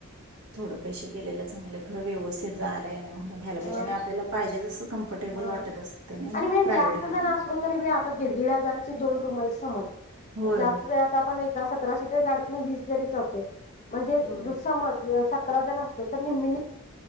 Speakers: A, on the right; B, on the left.
A: थोडं पैसे गेलेलं चांगलं खरं व्यवस्थ जायला व्हायला पाहिजे
B: हा
A: आणि आपल्याला पाहिजे तसं कम्फर्टेबल वाटत
B: हा.
A: असते ना नाही
B: आणि मेन
A: प्रायव्हेट
B: जास्त
A: गाडीमध्ये
B: जण असलो तरी मी आता दीड दीड हजारचे दोन रूम आहे समज
A: होय
B: जास्त वेळात आपण एकाच सतरा सीटर गाडीतून वीस जरी जातो म्हणजे
A: होय
B: तु समज सतरा जण असलो तर निम्मी निम्मी